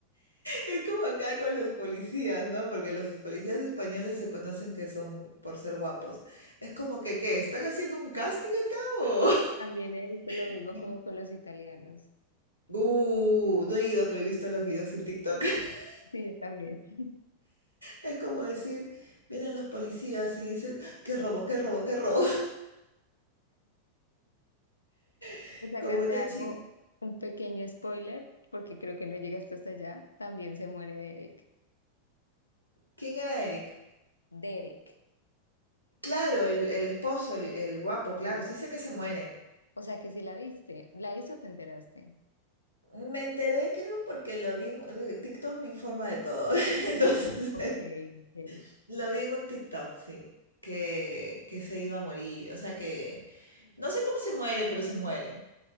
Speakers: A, on the right; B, on the left.
A: Es como acá con los policías, ¿no? Porque los policías españoles se conocen que son por ser guapos. Es como que, ¿qué? ¿Están haciendo un casting acá o...?
B: También he visto lo mismo
A: <laughs>
B: como con los italianos.
A: Uh, no he ido, pero he visto los videos en TikTok. <laughs>
B: Sí, yo también. <laughs>
A: Es como decir, vienen los policías y dicen, qué robo, qué robo, qué robo. <laughs>
B: Pues acá
A: Como una
B: te hago
A: chica.
B: un pequeño spoiler, porque creo que no llegaste hasta allá. También se muere Derek.
A: ¿Quién era Eric?
B: Derek,
A: Claro, el, el esposo, el, el guapo, claro.
B: sí.
A: Sí sé que se muere.
B: O sea que sí la viste. ¿La viste o te enteraste?
A: Me enteré, creo, porque lo vi. en- eh, TikTok me informa de todo. <laughs> Entonces,
B: Ok, ok.
A: <laughs> Lo vi en un TikTok, sí, que, que se iba a morir, o sea que no sé cómo se muere, pero se muere.